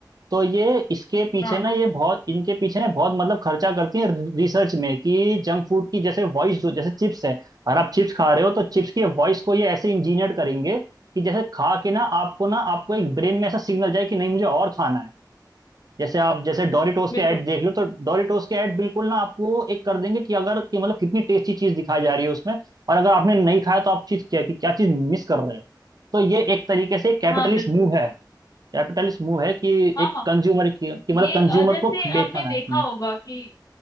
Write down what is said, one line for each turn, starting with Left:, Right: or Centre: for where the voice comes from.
Right: तो ये इसके पीछे
Left: हाँ
Right: ना ये बहुत इनके पीछे ना बहुत मतलब खर्चा करती है रिसर्च में कि जंक फूड की जैसे वॉइस जो जैसे चिप्स है अगर आप चिप्स खा रहे हो तो चिप्स की वॉइस को ये ऐसे इंजीनियर करेंगे कि जैसे खा के ना आपको ना आपको एक ब्रेन में ऐसा सिग्नल जाए कि नहीं मुझे और खाना है जैसे आप जैसे डोरिटोस
Left: बिल्कुल
Right: के ऐड देख लो तो डोरिटोस के ऐड बिल्कुल ना आपको एक कर देंगे कि अगर कि मतलब कितनी टेस्टी चीज दिखाई जा रही है उसमें और अगर आपने नहीं खाया तो आप चीज क्या कि क्या चीज मिस कर रहे हो तो ये एक तरीके से कैपिटलिस्ट
Left: हाँ बिल्कुल
Right: मूव
Left: बिल्कुल
Right: है कैपिटलिस्ट मूव है कि
Left: हाँ
Right: एक
Left: हाँ
Right: कंज्यूमर की, कि मतलब
Left: ये
Right: कंज्यूमर
Left: अ, जैसे
Right: को बेचना
Left: आपने देखा
Right: है हम्म
Left: होगा कि